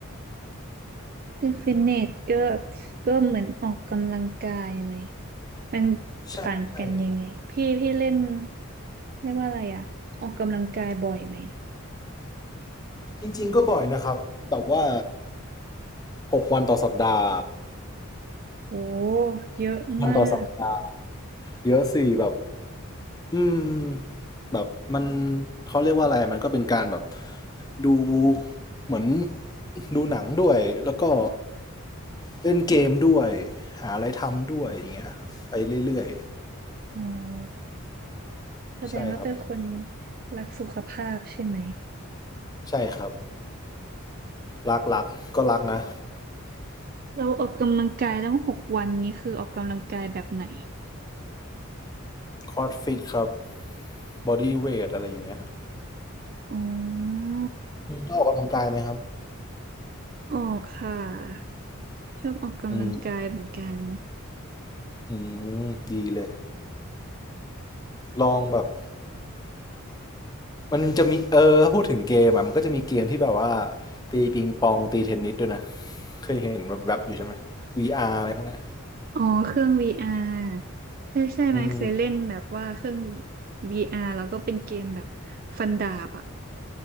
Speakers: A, on the right (about 40°); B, on the left (about 20°).
A: เล่นฟิตเนสก็ก็เหมือนออกกำลังกายไหมมัน
B: ใช่ใช่
A: ต่างกันยังไงพี่พี่เล่นเรียกว่าอะไรอ่ะออกกำลังกายบ่อยไหม
B: จริงๆก็บ่อยนะครับแบบว่าหกวันต่อสัปดาห์
A: โอ้เยอะมาก
B: วันต่อสัปดาห์เยอะสิแบบอืมแบบมันเขาเรียกว่าอะไรมันก็เป็นการแบบดูเหมือนดูหนังด้วยแล้วก็ เล่นเกมด้วยหาอะไรทำด้วยอย่างเงี้ยไปเรื่อย
A: อ๋อ
B: ๆใช่ครับ
A: แสดงว่าเป็นคนรักสุขภาพใช่ไหม
B: ใช่ครับรักรักก็รักนะ
A: เราออกกำลังกายตั้งหกวันนี้คือออกกำลังกายแบบไหน
B: คอร์ดฟิตครับบอดี้เวทอะไรอย่างเงี้ย
A: อ๋อ
B: ต้องออกกำลังกายไหมครับ
A: ออกค่ะชอบออกกำลังกายเหมือนกัน
B: อืมอืมดีเลยลองแบบมันจะมีเออถ้าพูดถึงเกมอ่ะมันก็จะมีเกมที่แบบว่าตีปิงปองตีเทนนิสด้วยนะเคยเห็นแบบแบบๆอยู่ใช่ไหม VR อาร์อะไรพวกเนี้ย
A: อ๋อเครื่อง VR ใช่ใช่ไหมเคยเล่นแบบว่าเครื่อง
B: อืม
A: VR แล้วก็เป็นเกมแบบฟันดาบอ่ะ